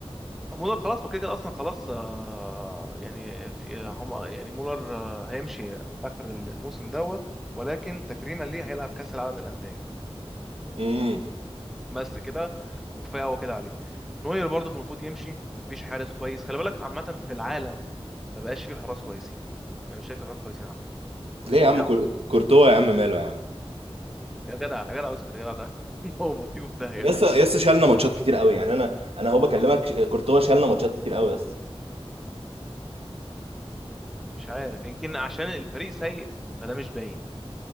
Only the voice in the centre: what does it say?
مولر خلاص ما كده كده اصلا خلاص آه، يعني في آه، هم يعني مولر آه، هيمشي اخر الموسم دوت ولكن تكريما ليه هيلعب كاس العالم للانديه
بس كده وكفايه هو كده عليه نوير برضو كان المفروض يمشي مفيش حارس كويس خلي بالك عامه في العالم ما بقاش فيه حراس كويسين انا مش شايف في حراس كويسين عامه قليلين
قوي
يا جدع يا جدع اسكت يا جدع ده <laughs> هو موديكوا في داهيه
مش عارف يمكن عشان الفريق سيء فده مش باين